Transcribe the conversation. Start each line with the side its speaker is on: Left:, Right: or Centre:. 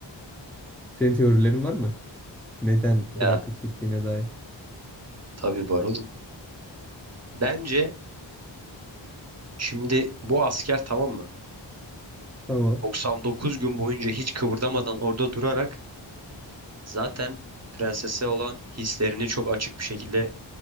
Centre: Senin teorilerin var mı? Neden bırakıp
Right: Ya
Centre: gittiğine dair.
Right: tabii var oğlum. Bence Şimdi bu asker tamam mı?
Centre: Tamam.
Right: 99 gün boyunca hiç kıvırdamadan orada durarak zaten prensese olan hislerini çok açık bir şekilde